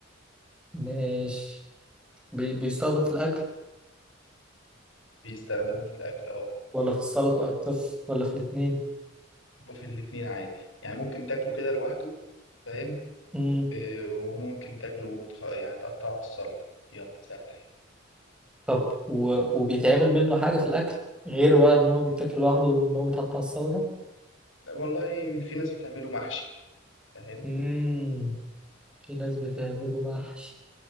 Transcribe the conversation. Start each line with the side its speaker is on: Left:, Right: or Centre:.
Centre: ماشي بي... بيستخدم في الأكل
Left: بيستخدموه في الاكل اه
Centre: ولا في السلطة أكتر ولا في الاتنين
Left: وفي الاتنين عادي يعني ممكن تاكله كده لوحده فاهم
Centre: مم.
Left: إيه، وممكن تاكله وتخ- يعني تقطعه على السلطة يلا سهلة اهي
Centre: طب و... وبيتعمل منه حاجة في الأكل غير بقى إن هو بيتاكل لوحده وإن هو بيتحط على السلطة
Left: لا، والله في ناس بتعمله محشي فاهم
Centre: مم. في ناس بتعمله محشي